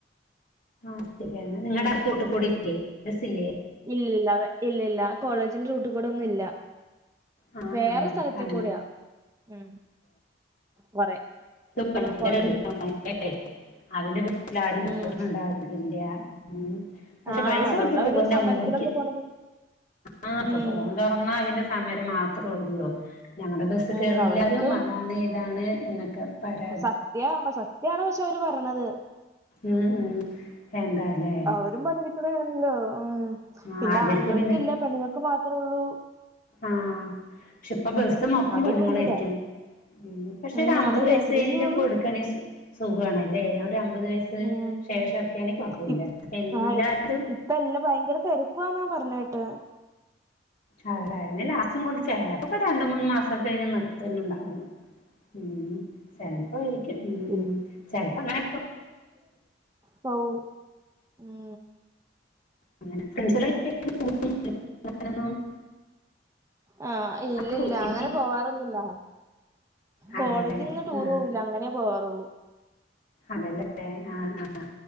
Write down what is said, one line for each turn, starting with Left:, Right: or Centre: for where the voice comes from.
Left: ആഹ് ശരിയാണ് നിങ്ങടെ
Right: ഉം
Left: കൂട്ടുകൂടില്ലേ ബസ്ല്ലെ
Right: ഇല്ലില്ല ഇല്ലല്ല കോളേജിന്റെ റൂട്ട്കൂടെ ഒന്നുല്ല
Left: ആ
Right: വേറെ
Left: ആ
Right: സ്ഥലത്തെ
Left: അങ്ങനെ
Right: കൂടെയാ ഉം കൊറെ
Left: ഭയങ്കര
Right: ആഹ് കൊറെ
Left: സയ അവന്റെ വീട്ടിൽ ആരുംരണം
Right: ഉം
Left: ഉണ്ടാവുന്നില്ല <unintelligible> ഉം പഷെ
Right: ആഹ്
Left: പൈസ
Right: അതുകൊണ്ട്
Left: കൊടുത്ത് പോവന്ന
Right: അവര് സമരത്തിലൊക്കെ
Left: ഒന്ന്ന്ന് നോക്കി
Right: പോണത്
Left: ആ ഇപ്പൊ
Right: ഉം
Left: പോണ്ട തൊന്നാ അവിന്റെ സമരം മാത്രം ഒള്ളൂ ഞങ്ങടെ ബസ്സ്
Right: ഉം
Left: കേറുന്നില്ലാരും
Right: അവർക്കും
Left: അതാണ് ഇതാണ് എന്നൊക്കെ പരാ
Right: സത്യാ പ സത്യാണോച്ചാ അവര് പറ്ണത്
Left: ഉം ഉം എന്താലേ
Right: അവരും പണിട്ക്കണന്നെ ഉം
Left: ആഹ്
Right: പിന്നെ
Left: അവർക്ക്
Right: ആണുങ്ങൾക്ക്
Left: പിന്നെ
Right: ഇല്ല പെണ്ണുങ്ങൾക്ക് മാത്രൊള്ളൂ
Left: ആഹ് പഷ് ഇപ്പൊ ബസ് മൊത്തം
Right: അതും
Left: പെണ്ണുങ്ങളായിരിക്കും
Right: വലുതാ
Left: ഉം പഷെ
Right: ഉം
Left: ഒരു അമ്പത്
Right: അത് കെ
Left: വയസ്
Right: എസ്
Left: കഴിഞ്ഞിട്ട്
Right: ആർ ടി സി പോണു
Left: കൊടുക്കാണ സുഖാണല്ലേ ഒര് അമ്പത് വയസ്
Right: ഉം
Left: ശേഷക്കെയാണെ കുഴപ്പുല്ല
Right: ഇപ്
Left: എല്ലാരും
Right: ആഹ് ഇപ്പ എല്ലാ ഭയങ്കര തിരക്കൊന്നാ പറഞ്ഞെട്ട്
Left: അഎലാ ഇഞ്ഞ ലാച്ചും കൊണ്ട് ചേല അപ്പൊക്കെ രണ്ട് മൂന്ന് മാസംക്കഴിഞ് നിർത്തന്നെണ്ടാവും ഉം ചെൽപ്പോ ആയിരിക്കും ഉം
Right: പിൻ
Left: ചെൽപ്പോ അങ്ങനെ
Right: പൗ ഉം
Left: അങ്ങനെ ഫ്രണ്ട്സട്ട് <unintelligible>
Right: ആഹ് ഇല്ലില്ല
Left: പോയി
Right: അങ്ങനെ പോവാറൊന്നില്ല
Left: അതല്ലേ
Right: കോളേജിന്ന് ടൂർ
Left: ആ
Right: പോവുല്ല അങ്ങനെ പോവാറുള്ളൂ
Left: അതല്ലേല്ലെ ആഹ് ആഹ്